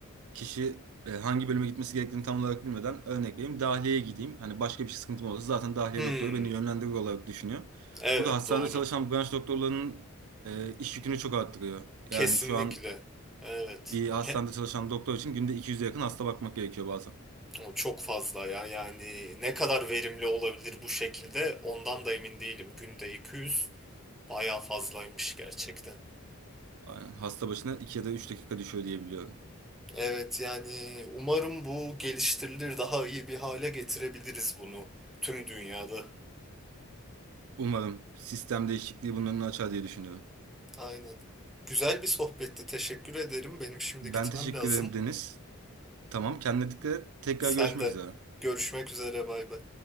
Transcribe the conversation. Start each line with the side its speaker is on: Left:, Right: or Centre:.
Right: kişi e, hangi bölüme gitmesi gerektiğini tam olarak bilmeden örnek vereyim dahiliyeye gideyim. Hani başka bir şey sıkıntım olursa zaten dahiliye
Centre: Hmm.
Right: doktoru beni yönlendirir olarak düşünüyor.
Centre: Evet
Right: Bu da hastanede
Centre: doğru.
Right: çalışan branş doktorlarının e, iş yükünü çok arttırıyor.
Centre: Kesinlikle.
Right: Yani şu an
Centre: Evet.
Right: bir hastanede
Centre: He-
Right: çalışan doktor için günde 200'e yakın hasta bakmak gerekiyor bazen.
Centre: o çok fazla ya. Yani ne kadar verimli olabilir bu şekilde ondan da emin değilim. Günde 200 bayağı fazlaymış gerçekten.
Right: Aynen. Hasta başına 2 ya da 3 dakika düşüyor diye biliyorum.
Centre: Evet yani umarım bu geliştirilir daha iyi bir hale getirebiliriz bunu tüm dünyada.
Right: Umarım sistem değişikliği bunun önünü açar diye düşünüyorum.
Centre: Aynen. Güzel bir sohbetti. Teşekkür ederim. Benim şimdi
Right: Ben
Centre: gitmem
Right: teşekkür
Centre: lazım.
Right: ederim Deniz. Tamam kendine dikkat et. Tekrar
Centre: Sen
Right: görüşmek
Centre: de
Right: üzere.
Centre: görüşmek üzere bay bay.